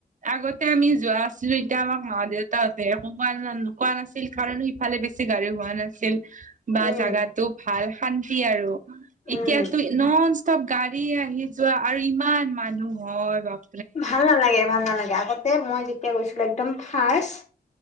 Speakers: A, on the right (about 55°); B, on the left (about 45°).
A: আগতে আমি যোৱা নাছিলো এতিয়া আমাক মা দেউ তাতে তোমাৰ কোৱা নাছিল কাৰণ ইফালে বেছি গাড়ী হোৱা নাছিল বা
B: উম
A: জাগাত টো ভাল শান্তি আৰু এতিয়াতো
B: উম
A: নন ষ্টপ গাড়ী আহি যোৱা আৰু ইমান মানুহ হয় বাপ
B: ভাল নালাগে ভাল নালাগে মই যেতিয়া গৈছিলো একদম ফাষ্ট